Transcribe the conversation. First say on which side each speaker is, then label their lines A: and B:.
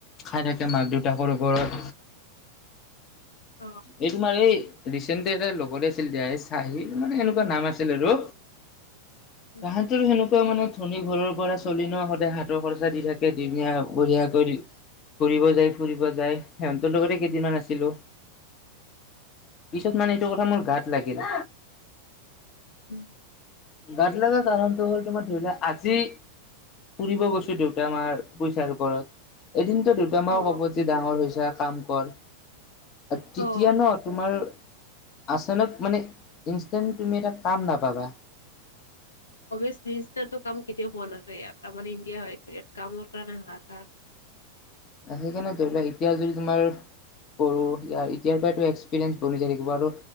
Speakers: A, on the left; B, on the left.
A: খাই থাকে মাক দেউতাকৰ ওপৰত,
B: অ
A: এইটো মাৰে ৰিচেণ্টলি এটা লগতে আছিল দা চাহিৰ মানে এনেকুৱা নাম আছিল আৰু
B: উম
A: তাহাঁতো সেনেকুৱা মানে ধনী ঘৰৰ পৰা চলি ন সদায় হাত, খৰচা দি থাকে দুমীয়া বঢ়িয়া কৰি ফুৰিব যায় ফুৰিব যায় সিহঁতৰ লগতে কেইদিনমান আছিলো। পিছত
B: আচ্ছা
A: মানে এইটো কথা মোৰ গাত লাগিল
B: উম!
A: গাটল যে কাৰণ ত ব'লটো মই থেউলে আজি ফুৰিব গৈছো দেউতা আমাৰ পইচাৰ ওপৰত এদিনতো দুত মাও
B: অ
A: কব যে ডাঙৰ হৈছে কাম কৰ, তেতিয়া
B: অ
A: ন তোমাৰ আচানক মানে ইনেণ্ট তুমি এটা কাম নাপাবা।
B: অাৰটো কাম কেতিয়া হোৱা নাযায়য় আমাৰ ইণ্ডিয়া হয় ইয়াত কামৰ কাৰণে হাহাক
A: সেইকাৰণে ধৰি লোৱা এতিয়া যদি তোমাৰ কৰো এতিয়াৰ পৰাো এক্সপিৰিয়েঞ্চ বনায় থাকিব আৰু